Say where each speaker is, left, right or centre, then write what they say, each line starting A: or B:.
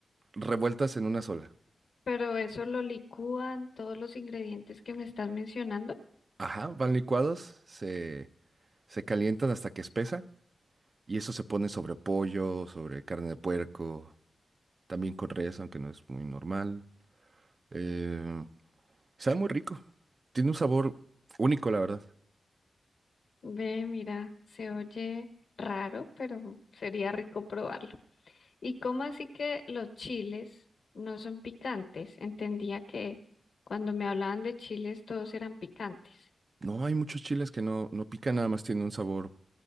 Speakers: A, on the right; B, on the left.
A: revueltas en una sola.
B: Pero eso lo licúan todos los ingredientes que me estás mencionando.
A: Ajá, van licuados, se, se calientan hasta que espesa y eso se pone sobre pollo, sobre carne de puerco, también con res, aunque no es muy normal. Eh, sabe muy rico, tiene un sabor único, la verdad.
B: Ve, mira, se oye raro, pero sería rico probarlo. ¿Y cómo así que los chiles no son picantes? Entendía que cuando me hablaban de chiles todos eran picantes.
A: No hay muchos chiles que no, no pican, nada más tiene un sabor